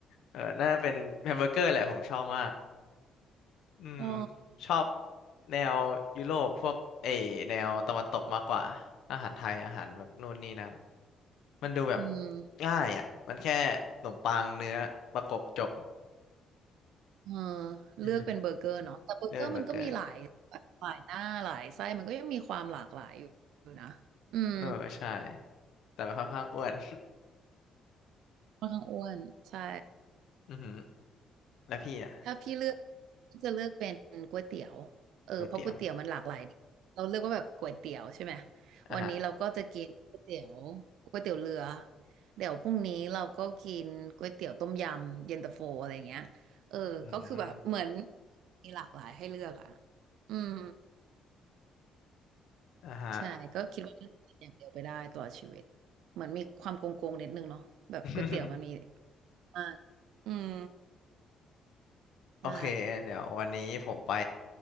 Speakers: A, on the left (about 60°); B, on the right (about 80°).
A: เออน่าจะเป็นแฮมเบอร์เกอร์แหละผมชอบมากอืม
B: อ๋อ
A: ชอบแนวยุโรปพวกเออแนวตะวันตกมากกว่าอาหารไทยอาหารแบบนู่นนี่นั่นมันดูแบบ
B: อืม
A: ง่ายอ่ะมันแค่ขนมปังเนื้อประกบจบ
B: เออเลือกเป็นเบอร์เกอร์เนาะแต่เบอร์เกอร์มันก็มีหลายแบบหลายหน้าหลายไส้มันก็ยังมีความหลากหลายอยู่อยู่นะอืม
A: อือหือเรื่องเบอร์เกอร์เออใช่แต่มันค่อนข้างอ้วน
B: ค่อนข้างอ้วนใช่
A: <laughs> อือหือแล้วพี่อ่ะ
B: ถ้าพี่เลือกพี่จะเลือกเป็นก๋วยเตี๋ยวเออเพราะก๋วยเตี๋ยวมันหลากหลาย
A: ก๋วยเตี๋ยว
B: เราเลือกว่าแบบก๋วยเตี๋ยวใช่ไหม
A: อ่ะฮะ
B: วันนี้เราก็จะกินก๋วยเตี๋ยวก๋วยเตี๋ยวเรือเดี๋ยวพรุ่งนี้เราก็กินก๋วยเตี๋ยวต้มยำเย็นตาโฟอะไรเงี้ยเออก็คือแบบเหมือน
A: อืม
B: มีหลากหลายให้เลือกอ่ะอืม
A: อ่ะฮะ
B: ใช่ก็คิดว่าน่าจะกินอย่างเดียวไปได้ตลอดชีวิตเหมือนมีความโกงๆนิดนึงเนาะแบบก๋วยเตี๋ยวมันมี
A: <laughs>
B: มากอืม
A: โอเคเดี๋ยววันนี้ผมไป
B: ได้